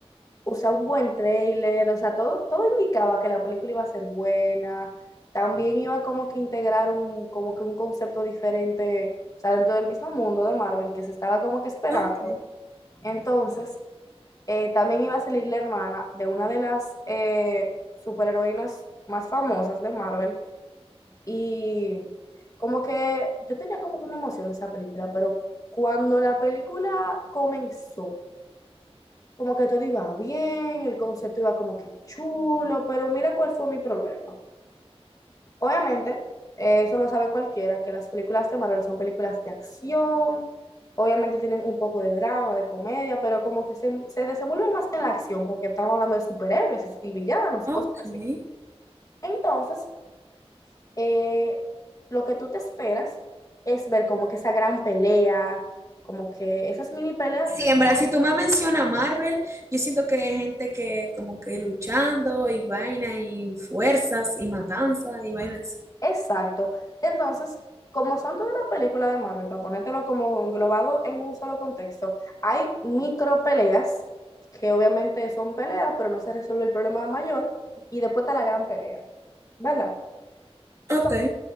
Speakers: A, on the left; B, on the right.
A: o sea, un buen trailer, o sea, todo, todo indicaba que la película iba a ser buena, también iba como que integrar un, como que un concepto diferente, o sea, dentro del mismo mundo de Marvel que se estaba como que esperando.
B: Ok,
A: Entonces, eh, también iba a salir la hermana de una de las eh, superheroínas más famosas de Marvel y como que yo tenía como que una emoción de esa película, pero cuando la película comenzó, como que todo iba bien, el concepto iba como que chulo, pero mira cuál fue mi problema. Obviamente, eh, eso lo sabe cualquiera, que las películas de Marvel son películas de acción, obviamente tienen un poco de drama, de comedia, pero como que se, se desenvuelven más en la acción, porque estamos hablando de superhéroes y, y villanos
B: ok.
A: y cosas así. Entonces, eh, lo que tú te esperas es ver como que esa gran pelea, como que esas mini peleas
B: Sí,
A: de
B: en verdad, si tú me mencionas Marvel, yo siento que hay gente que como que luchando y vaina y fuerzas y matanzas y vainas. así.
A: Exacto. Entonces, como son todas las películas de Marvel, para ponértelo como englobado en un solo contexto, hay micro peleas, que obviamente son peleas, pero no se resuelve el problema mayor, y después está la gran pelea, ¿verdad? Entonces,
B: Ok.